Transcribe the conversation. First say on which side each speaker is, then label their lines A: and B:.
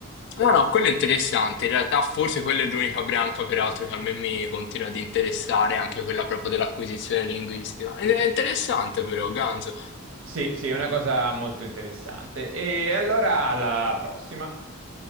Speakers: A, on the left; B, on the right.
A: No, no, quello è interessante. In realtà forse quella è l'unica branca, peraltro, che a me mi continua ad interessare, anche quella proprio dell'acquisizione linguistica. Ed È interessante però, Ganzo.
B: Sì, sì, è una cosa molto interessante. E allora alla prossima.